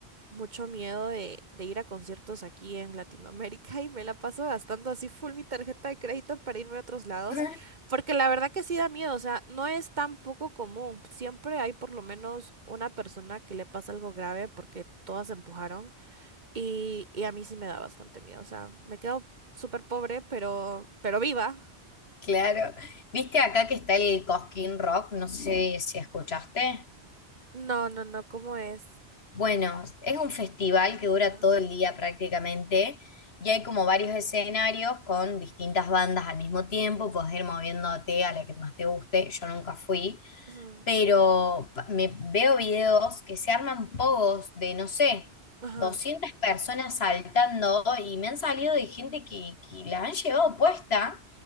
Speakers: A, on the right (about 45°); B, on the left (about 70°).
A: mucho miedo de, de ir a conciertos aquí en Latinoamérica <laughs> y me la paso gastando así full mi tarjeta de crédito para irme a otros lados.
B: <laughs>
A: Porque la verdad que sí da miedo, o sea, no es tan poco común. Siempre hay por lo menos una persona que le pasa algo grave porque todas se empujaron. Y, y a mí sí me da bastante miedo. O sea, me quedo súper pobre, pero, pero viva.
B: Claro. ¿Viste acá que está el Cosquín Rock? No sé si escuchaste.
A: No, no, no, ¿cómo es?
B: Bueno, es un festival que dura
A: Ajá,
B: todo el día prácticamente y hay como varios escenarios con distintas bandas al mismo tiempo, puedes ir moviéndote a la que más te guste, yo nunca fui,
A: ujú,
B: pero pa- me veo videos que se arman pogos de, no sé,
A: ajá,
B: 200 personas saltando y me han salido de gente que, que la han llevado puesta